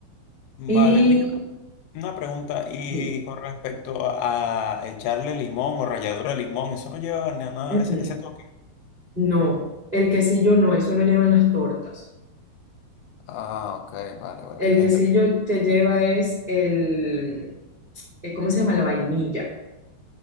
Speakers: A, on the left (about 75°); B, on the right (about 20°).
A: Vale,
B: Y
A: mira, una pregunta, y
B: dime,
A: con respecto a echarle limón o ralladura de limón, eso no lleva ni a nada,
B: mm, mm,
A: ese, ese toque.
B: no, el quesillo no, eso lo llevan las tortas.
A: Ah, ok, vale, vale,
B: El
A: ya
B: quesillo
A: entendí.
B: te lleva es el eh, ¿cómo se llama? La vainilla.